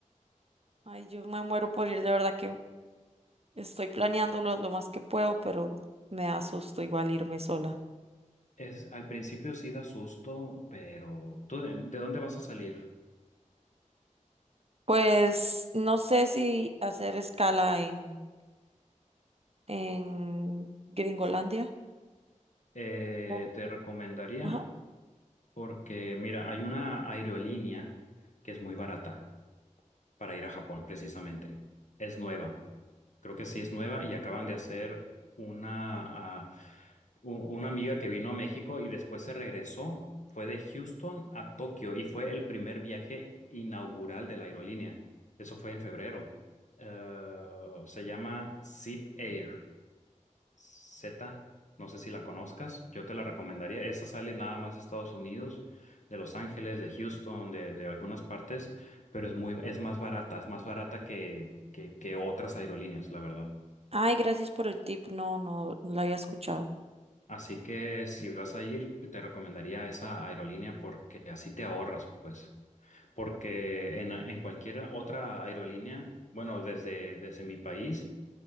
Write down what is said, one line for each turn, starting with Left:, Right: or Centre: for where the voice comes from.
Right: Ay, yo me muero por ir, de verdad que estoy planeándolo lo más que puedo, pero me da susto igual irme sola.
Left: Es, al principio sí da susto, pero ¿tú de, de dónde vas a salir?
Right: Pues no sé si hacer escala en, en Gringolandia.
Left: Eh,
Right: o-
Left: te recomendaría,
Right: Ajá.
Left: porque mira, hay una aerolínea que es muy barata. para ir a Japón, precisamente. Es nueva, creo que sí es nueva y acaban de hacer una, ah, u- una amiga que vino a México y después se regresó, fue de Houston a Tokio y fue el primer viaje inaugural de la aerolínea. Eso fue en febrero. Eh, se llama Zip Air. Z, no sé si la conozcas, yo te la recomendaría. Esa sale nada más de Estados Unidos, de Los Ángeles, de Houston, de, de algunas partes, pero es muy, es más barata, es más barata que, que, que otras aerolíneas, la verdad.
Right: Ay, gracias por el tip. No, no no lo había escuchado.
Left: Así que si vas a ir, te recomendaría esa aerolínea porque así te ahorras, pues. Porque en, en cualquier otra aerolínea, bueno, desde, desde mi país.